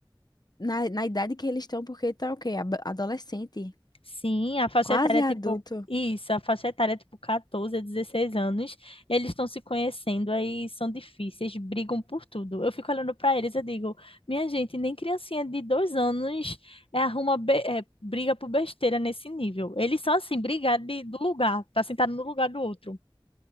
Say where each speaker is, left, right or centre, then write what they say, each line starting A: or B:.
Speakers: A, on the left; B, on the left.
A: Na, na idade que eles estão, porque tá o quê? Ab- Adolescente,
B: Sim, a faixa
A: quase
B: etária é
A: adulto.
B: tipo. Isso, a faixa etária é tipo 14 a 16 anos. Eles estão se conhecendo, aí são difíceis, brigam por tudo. Eu fico olhando para eles, eu digo, minha gente, nem criancinha de dois anos é, arruma be- é, briga por besteira nesse nível. Eles são assim, brigar de- do lugar, tá sentado no lugar do outro.